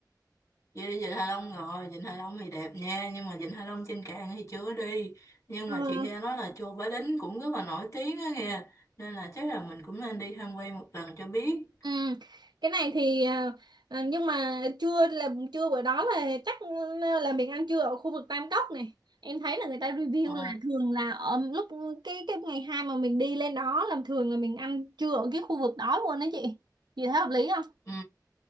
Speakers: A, on the left (about 40°); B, on the right (about 80°).
A: Với Vịnh Hạ Long rồi, Vịnh Hạ Long thì đẹp nha, nhưng mà Vịnh Hạ Long trên cạn thì chưa đi. Nhưng
B: Ừ.
A: mà chuyện ra nói là chùa Bái Đính cũng rất là nổi tiếng á nghe, nên là chắc là mình cũng nên đi tham quan một lần cho biết.
B: Ừ. Cái này thì ờ, ờ, nhưng mà trưa là trưa bữa đó là chắc là mình ăn trưa ở khu vực Tam Cốc này em thấy là người ta review
A: Ờ,
B: là thường là ở lúc cái cái ngày hai mà mình đi lên đó là thường là mình ăn trưa ở cái khu vực đó luôn đó chị chị thấy hợp lý không
A: ừ,